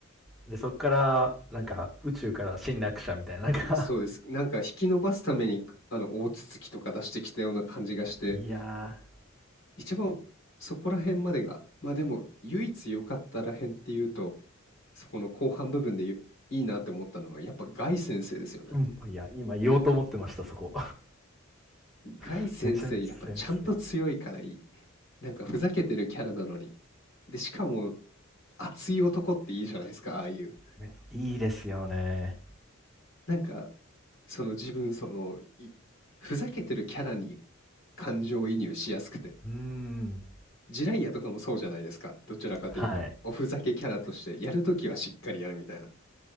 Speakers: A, in the centre; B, on the left.
A: で、そっから、なんか、宇宙から侵略者みたいな、なんか、
B: そうです。なんか引き伸ばすために、あの、大筒木とか出してきたような感じがして、
A: <laughs> いや
B: 一番そこら辺までが、まあでも、唯一良かったらへんっていうと、そこの後半部分でゆいいなって思ったのは、やっぱガイ先生ですよね。
A: ー、うん、いや、今言おうと思ってました、そこ。
B: ガイ先生、
A: <laughs> めちゃめちゃ先生。
B: やっぱちゃんと強いからいい。なんかふざけてるキャラなのに。で、しかも熱い男っていいじゃないですか、ああいう。
A: めっちゃいいですよね。
B: なんかその自分そのいふざけてるキャラに感情移入しやすくて
A: うーん。
B: ジライアとかもそうじゃないですかどちらかというとおふざけキャラとしてやるときはしっかりやるみたいな
A: はい。